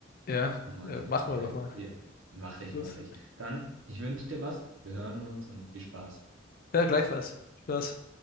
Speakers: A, on the left; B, on the right.
A: ja,
B: Nochmal,
A: ja,
B: vielleicht
A: machen
B: mal geil.
A: wir doch mal.
B: Ja, mache ich,
A: Gut.
B: mache ich. Dann, ich wünsche dir was. Wir hören uns und viel Spaß.
A: Ja, gleichfalls. Spaß.